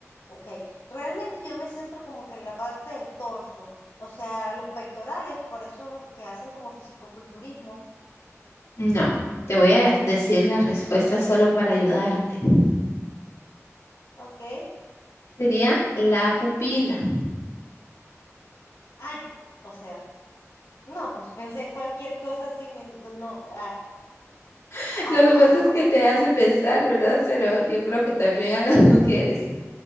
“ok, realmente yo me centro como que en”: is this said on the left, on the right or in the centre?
Left